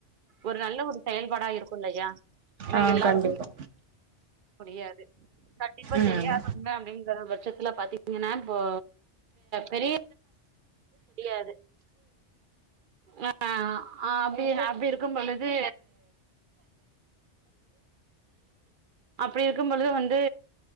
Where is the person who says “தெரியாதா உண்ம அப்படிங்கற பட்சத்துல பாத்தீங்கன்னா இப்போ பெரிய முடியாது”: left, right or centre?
Right